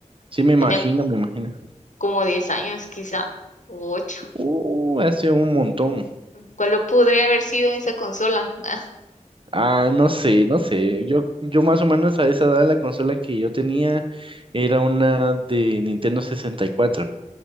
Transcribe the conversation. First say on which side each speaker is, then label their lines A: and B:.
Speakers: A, on the right; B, on the left.
A: sí me imagino,
B: Tenía
A: me imagino.
B: como 10 años, quizá, u ocho
A: Uh, hace un montón.
B: ¿Cuál lo podría haber sido esa consola? <laughs>
A: Ah, no sé, no sé. Yo, yo más o menos a esa edad la consola que yo tenía era una de Nintendo 64.